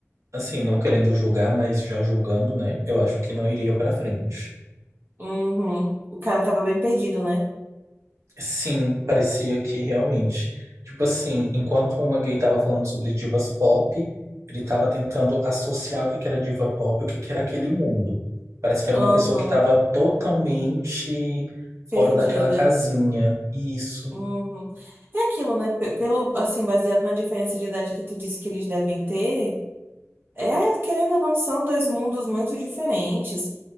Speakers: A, on the right; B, on the right.
A: assim, não querendo julgar, mas já julgando, né? Eu acho que não iria pra frente.
B: Uhum. O cara tava bem perdido, né?
A: Sim, parecia que realmente. Tipo assim, enquanto uma gay tava falando sobre divas pop, ele tava tentando associar o que que era diva pop e o que que era aquele mundo. Parece que era
B: Uhum.
A: uma pessoa que tava totalmente
B: Perdida.
A: fora daquela casinha. Isso.
B: Uhum. É aquilo, né? Pe- Pelo, assim, baseado na diferença de idade que tu disse que eles devem ter, é, querendo ou não, são dois mundos muito diferentes.